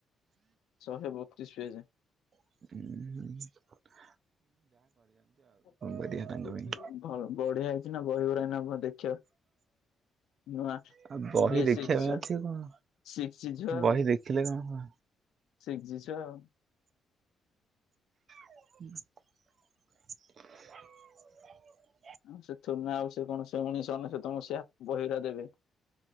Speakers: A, on the left; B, on the right.
A: ଶହେ ବତିିଶ ପେଜ।
B: ହୁଁ।
A: ବଢିଆ
B: କରିବା ତାଙ୍କ ପାଇଁ
A: ହେଇଛି ନା ବହିି ଗୁଡା ଏବେ ଇନା ଭ ଆଚ୍ଛ। ନଆ
B: ଆଉ ବହି
A: ବେଏ
B: ଦେଖିବା
A: ସିକ୍ସ
B: ପାଇଁ
A: ଛୁଆ
B: ଅଛି କଣ
A: ଶିକଛିି ଆଉ।
B: ବହି ଦେଖିଲେ କଣ ହବ
A: ସିକ୍ସ ଜିଛ ଆଉ।
B: <inaudible>
A: ଆଉ ସେ ନା ଆଉ ସେ କଣ ସେ ମଣିଷଥ ତମ ସେ ବହିରା ଦେବେ।